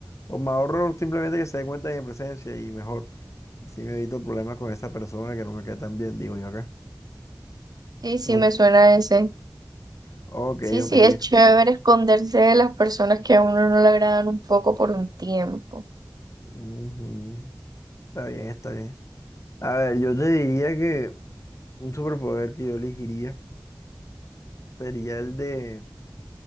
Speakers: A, on the left; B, on the right.
A: o me ahorro simplemente que se dé cuenta de mi presencia y mejor, así me evito problemas con esa persona que no me cae tan bien, digo yo acá.
B: Sí, sí,
A: No,
B: me suena ese.
A: ok,
B: Sí,
A: ok.
B: sí, es chévere esconderse de las personas que a uno no le agradan un poco por un tiempo.
A: Ujú, Está bien, está bien. A ver, yo te diría que un superpoder que yo elegiría sería el de